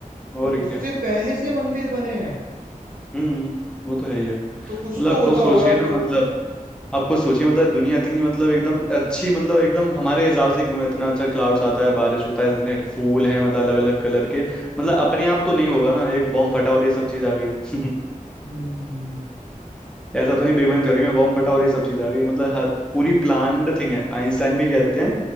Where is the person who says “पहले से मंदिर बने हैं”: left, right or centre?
Right